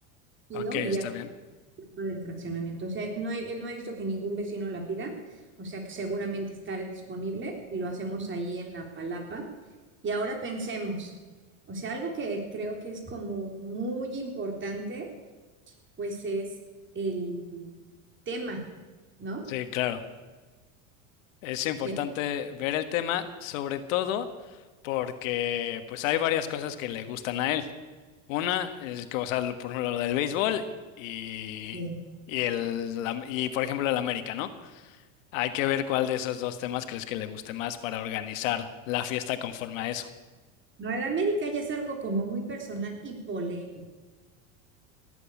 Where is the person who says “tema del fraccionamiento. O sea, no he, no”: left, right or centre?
Right